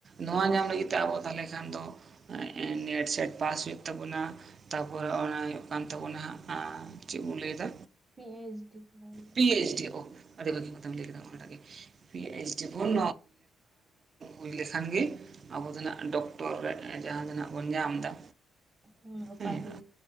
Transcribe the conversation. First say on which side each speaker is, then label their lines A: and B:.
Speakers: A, on the right (about 45°); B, on the right (about 30°).
A: ᱱᱚᱣᱟ ᱧᱟᱢ ᱞᱟᱹᱜᱤᱫ ᱛᱮ ᱟᱵᱚ ᱛᱟᱦᱚᱞᱮ ᱠᱷᱟᱱ ᱫᱚ ᱱᱮᱴ ᱥᱮᱴ ᱯᱟᱥ ᱦᱩᱭᱩᱜ ᱛᱟᱵᱩᱱᱟ ᱛᱟᱯᱚᱨᱮ ᱚᱱᱟ ᱦᱩᱭᱩᱜ ᱠᱟᱱ ᱛᱟᱵᱚᱱᱟᱜ ᱪᱮᱫ ᱵᱚᱱ ᱞᱟᱹᱭᱫᱟ
B: ᱯᱤ ᱮᱭᱤᱪ ᱰᱤ ᱠᱚᱨᱟᱣ ᱦᱩᱭᱩᱜᱼᱟ
A: ᱯᱤ ᱮᱤᱪ ᱰᱤ ᱚ, ᱟᱹᱰᱤ ᱵᱷᱟᱹᱜᱤ ᱠᱟᱛᱷᱟᱢ ᱞᱟᱹᱭ ᱠᱮᱫᱟ ᱱᱚᱣᱟ ᱴᱟᱜᱮ ᱯᱤ ᱮᱤᱪ ᱰᱤ ᱵᱚᱱ ᱦᱩᱭ ᱞᱮᱠᱷᱟᱱ ᱜᱮ, ᱟᱵᱚ ᱫᱚᱱᱟᱜ ᱰᱚᱠᱴᱚᱨ ᱡᱟᱦᱟᱸ ᱛᱮᱱᱟᱜ ᱵᱚᱱ ᱧᱟᱢ ᱮᱫᱟ
B: ᱦᱩᱸ ᱩᱯᱟᱫᱷᱤ
A: ᱦᱮᱸ